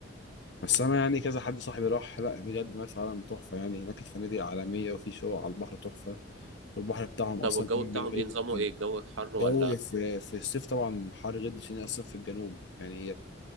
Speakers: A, on the left (about 60°); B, on the right (about 80°).
A: بس انا يعني كذا حد صاحبي راح لا بجد مرسى علم تحفه يعني هناك الفنادق عالميه وفي شقق على البحر تحفه والبحر بتاعهم
B: طب
A: اصلا
B: والجو
A: كان
B: بتاعهم
A: بيقول
B: ايه نظامه
A: لك
B: ايه الجو حر
A: جو
B: ولا
A: في في الصيف طبعا حر جدا عشان هي اصلا في الجنوب يعني هي